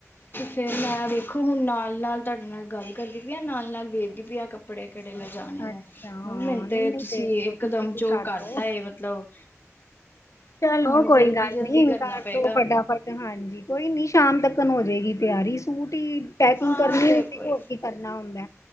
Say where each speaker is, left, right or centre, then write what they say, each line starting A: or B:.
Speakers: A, on the left; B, on the left.
A: ਫੇਰ ਮੈਂ ਵੇਖੋ ਹੁਣ ਨਾਲ ਨਾਲ ਤੁਹਾਡੇ ਨਾਲ ਗੱਲ ਕਰਦੀ ਪਈ ਆ ਨਾਲ ਨਾਲ ਵੇਖਦੀ ਪਈ ਆ ਕੱਪੜੇ। ਕੱਪੜੇ ਕਿੜੇ ਲਿਜਾਣੇ ਨੇ,
B: ਅੱਛਾ ਹਾਂ
A: ਮੈਨੂੰ
B: ਨਹੀਂ
A: ਤੇ
B: ਨਹੀਂ
A: ਤੁਸੀਂ
B: ਦੇਖ
A: ਇਕ
B: ਲਓ ਤੁਸੀਂ
A: ਦਮ ਚ
B: ਵੀ
A: ਉਹ
B: ਕਰ ਲਓ
A: ਕਰਤਾ ਐ ਮਤਲਬ
B: ਚਲੋ
A: ਹੁਣ
B: ਕੋਈ
A: ਜਲਦੀ
B: ਗੱਲ
A: ਜਲਦੀ
B: ਨੀ
A: ਕਰਨਾ
B: ਕਰ
A: ਪਏਗਾ।
B: ਦੋ ਫਟਾਫਟ ਹਾਂਜੀ, ਕੋਈ ਨੀ ਸ਼ਾਮ ਤੱਕ ਹੋ ਜਾਏਗੀ ਤਿਆਰੀ, ਸੂਟ ਹੀ ਪੈਕਿੰਗ
A: ਹਾਂ
B: ਕਰਨੀ ਹੋਰ
A: ਤੇ
B: ਕੀ
A: ਕੋਈ
B: ਹੋਗੀ, ਹੋਰ ਕੀ ਕਰਨ ਨਾ ਹੁੰਦਾ